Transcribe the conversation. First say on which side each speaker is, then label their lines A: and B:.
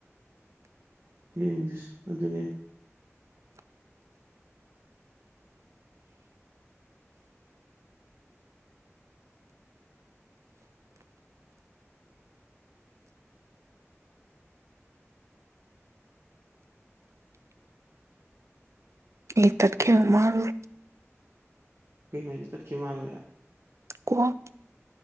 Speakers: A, on the right; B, on the right.
A: ꯌꯦꯡꯖꯤꯁꯦ ꯑꯗꯨꯅꯤ
B: ꯏ ꯇꯠ ꯀꯦ ꯃꯥꯔꯔꯨ
A: ꯀꯩꯅꯣ ꯍꯥꯏꯁꯦ ꯇꯠꯈꯤꯕ ꯃꯥꯜꯂꯨꯔꯦ
B: ꯀꯣꯝ